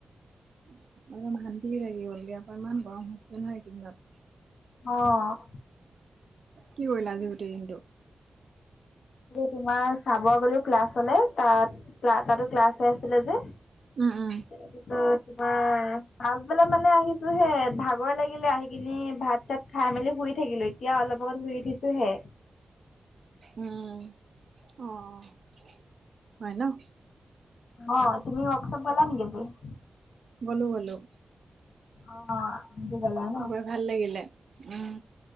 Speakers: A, on the right; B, on the left.
A: <unintelligible> শান্তিয়ে লাগি গ'লগে। ইয়াৰ পৰা ইমান গৰম হৈছিলে, নহয়! এইকেইদিনত।
B: অ'!
A: কি কৰিলা, আজি গোটেই দিনটো?
B: তোমাৰ চাব গ'লো ক্লাছলে, তাত তাতো, ক্লাছ হৈ আছিলে যে।
A: উম, উম।
B: তাৰপিছত তোমাৰ, পাছবেলা মানে, আহিছোঁহে। ভাগৰে লাগিলে, আহি কিনি ভাত-চাত খাই মেলি শুই থাকিলোঁ। এতিয়া, অলপ আগত শুই উঠিছোঁহে।
A: উম! অ'! হয় ন'?
B: অ'! তুমি ৱৰ্কশ্বপ গ'লা নেকি? <unintelligible>
A: গ'লো, গ'লো।
B: অ'! আজি গলা ন।
A: গৈ ভাল লাগিলে। উম!